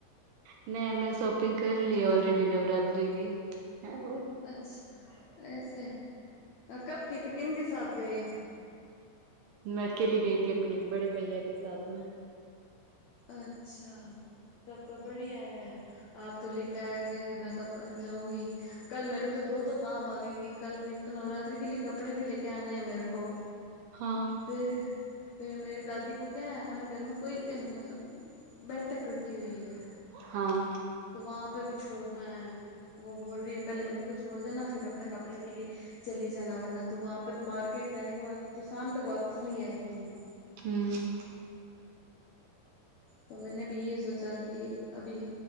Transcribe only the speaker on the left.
અચ્છા- એસા હે અ કબ કી થી કિન કે સાથ ગયે.
અચ્છા -તબ તો બઢિયા હૈ. આપ તો લેકે આ ગયે મેં તો અભ કલ જાઉંગી કલ મેરે તો દો દો કામ આ ગઈ ગી કલ તો નવરાત્રી કે લીયે કપડે ભી લેકે આને હૈ મેરે કો
ફિર -ફિર મેરી દાદી કો ક્યા હૈ હમારે ઘર મે કોઈ અ મતલબ બેઠક રખી હુઈ હૈ
તો વહા પે ભી છોડ ના હૈ વો બોલ રહી હે પહેલે મેરે કો છોડ દેના ફિર આપણે કપડે કે લીયે ચલી જાન વરના તું વહા તક માારકેટ જને કે બાદ શામ તક વાપસ નહીં આયે ગી.
તો મેને બી યે સોચા કિ અભી‌